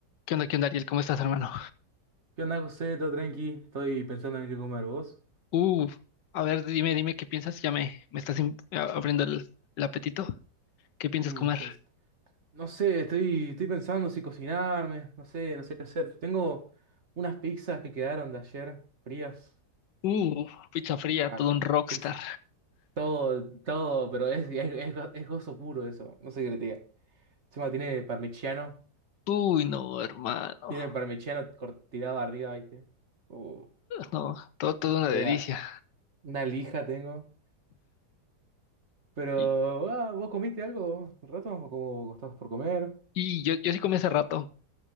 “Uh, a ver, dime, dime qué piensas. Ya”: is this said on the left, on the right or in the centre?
Left